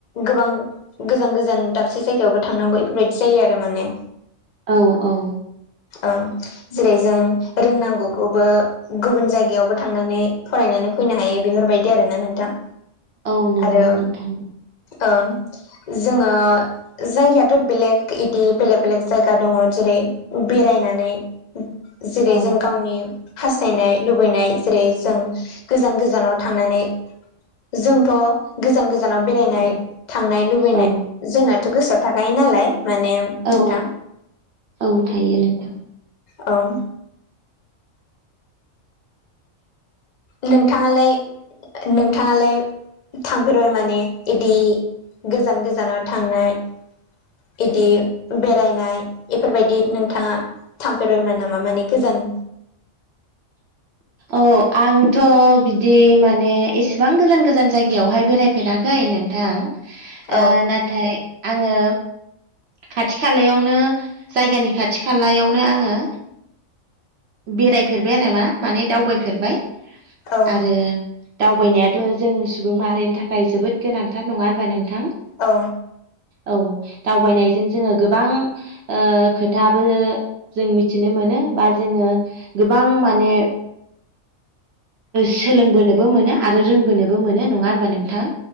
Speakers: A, on the left; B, on the right.
A: गोबां गोजान गोजान गोजान दाबसे जायगायावबो थांनांगौ बेफोरबायदि जायो आरो माने
B: औ औ
A: औ जेरै जों रोंनांगौ खौबो गुबुन जायगायावबो थांनानै फरायनानै फैनो हायो बेफोर बायदि आरो ना नोंथां
B: औ नोंगौ
A: आरो
B: नोंथां
A: ओं जोंङो जायगायाथ बेलेग इदि बेलेग बेलेग जायगा दंङ जेरै बेरायनानै जेरै
B: औ
A: जों गावनि हास्थायनाय लुबैनाय जेरै जों गोजान गोज जानाव थांनानै जोंथ गोजान गोजानाव बेरायनाय
B: औ
A: थांनाय लुबैनाय
B: औ
A: जोंनाथ गोसोआव थाखायो नालाय माने
B: औ
A: नोंथां
B: औ थायो नोंथां
A: औ नोंथांङालाय नोंथांङालाय थांफेरबाय माने इदि गोजान गोजानाव थांनाय इदि बेरायनाय बेफोरबायदि नोंथांङा थांफेरबायमोन नामा माने गोजान
B: औ आंथ बिदि माने एसेबां गोजान गोजान जायगायावहाय बेराय फेराख खै नोंथां ओ
A: औ
B: नाथाय आंङो खाथि खालायावनो जायगानि खाथि खालायावनो आंङो बेराय फेरबाय आरो मा माने दावबाय फेरबाय
A: औ
B: आरो दावबायनायाथ जों सुबुं माहारिनि थाखाय जोबोद गोनांथार नङा होनबा नोंथां
A: औ
B: औ दावबायनाय जों जोंङो गोबां ओ खोथाबो जों मिथिनो मोनो बा जोंङो गोबां माने सोलोंबोनोबो मोनो आरो रोंबोनोबो मोनो नङा होनबा नोंथां